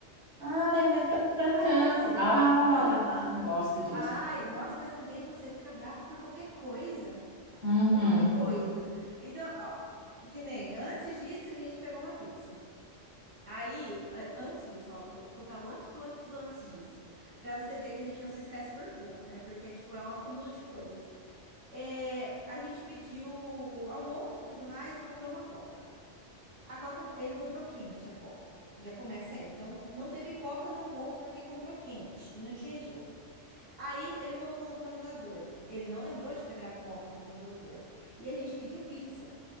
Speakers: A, on the right; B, on the right.
A: Ai, mas não é pra
B: Ah,
A: tanto. Ai,
B: aham.
A: não gosto disso.
B: Ai, nossa, mas também você fica brava por qualquer coisa.
A: Hum.
B: Por qualquer coisa. Então, ó, que nem antes disso a gente pegou uma pizza. Aí, a- antes disso, ó, vou contar o antes do antes do antes disso. Pra você ver que a gente não se estressa por pouco, né? Porque, tipo, é um acúmulo de coisas. É, a gente pediu almoço e tudo mais e comprou uma coca. A Coca, ele comprou quente a Coca. Já começa aí. Então, não teve Coca no almoço porque comprou quente e não tinha gelo. Aí ele colocou no congelador. Ele não lembrou de pegar a Coca no congelador. E a gente pediu pizza.